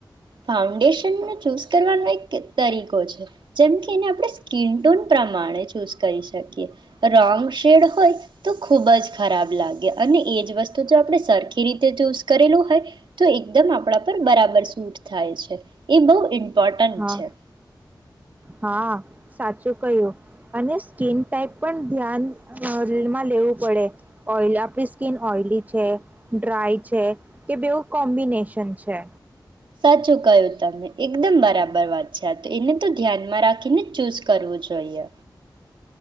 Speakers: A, on the right; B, on the right.
A: ફાઉન્ડેશન ચૂઝ કરવાનો એક તરીકો છે, જેમ કે એને આપણે સ્કીિન ટોન પ્રમાણે ચૂઝ કરી શકીએ <unintelligible> શેડ હોય તો ખુબ જ ખરાબ લાગે અને એજ વસ્તુ જો આપણે સરખી રીતે ચૂઝ કરેલું હોય તો એકદમ આપણા પર બરાબર સૂટ થાય છે, એ <unintelligible>
B: હા
A: <unintelligible> છે.
B: હા સાચું કહ્યું અને એસ્કીિન ટાઈપ પણ ધ્યાનમાં <unintelligible> લેવું પડે ઓ આપણી સ્કીિન ઓઈલી છે, ડ્રાય છે, કે બેવું કોમ્બિનેશન છે.
A: સાચું કયું તમે એકદમ બરાબર વાત છે, આ તો એને તો ધ્યાનમાં રાખીને જ ચૂઝ કરવું જોઈએ.